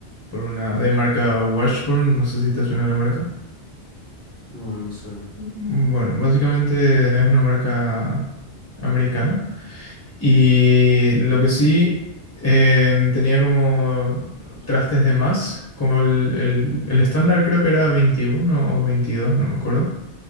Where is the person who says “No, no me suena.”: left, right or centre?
Right